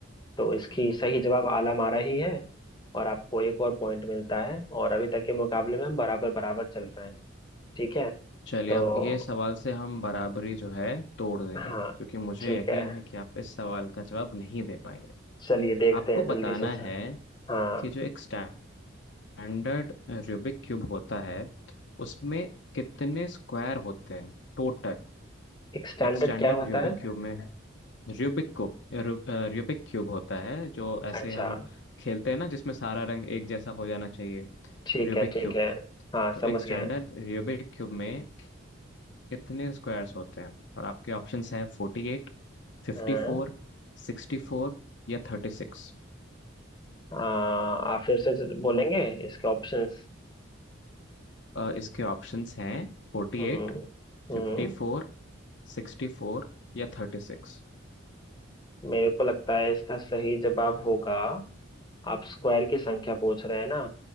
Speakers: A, on the left (about 20°); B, on the left (about 60°).
A: तो इसकी सही जवाब आला मारा ही है और आपको एक और पॉइंट मिलता है और अभी तक के मुकाबले में हम बराबर बराबर चल रहे हैं ठीक है
B: चलिए
A: तो
B: अब ये सवाल से हम बराबरी जो है तोड़ देंगे
A: हाँ
B: क्योंकि मुझे
A: ठीक
B: यकीन
A: है
B: है कि आप इस सवाल का जवाब नहीं दे पाएंगे
A: चलिए देखते
B: आपको
A: हैं
B: बताना
A: जल्दी से सर
B: है
A: हाँ
B: कि जो एक स्टैंड स्टैंडर्ड रूबिक क्यूब होता है उसमें कितने स्क्वायर होते हैं टोटल
A: एक स्टैंडर्ड
B: एक स्टैंडर्ड
A: क्या होता
B: रूबिक
A: है
B: क्यूब में रूबिक क्यूब रू, रूबिक क्यूब होता है जो ऐसे
A: अच्छा
B: हम खेलते हैं ना जिसमें सारा रंग एक जैसा हो जाना चाहिए
A: ठीक
B: Rubik
A: है ठीक
B: cube
A: है हाँ
B: तो
A: समझ
B: एक स्टैंडर्ड
A: गए
B: रूबिक क्यूब में कितने स्क्वायर्स होते हैं और आपके ऑप्शंस है forty eight fifty
A: हाँ
B: four sixty four या थर्टी सिक्स
A: आ, आप फिर से बोलेंगे इसके ऑप्शंस
B: इसके ऑप्शंस हैं 48
A: हम्म हम्म
B: fifty four sixty four या थर्टी सिक्स
A: मेरे को लगता है इसका सही जवाब होगा आप स्क्वायर की संख्या पूछ रहे हैं ना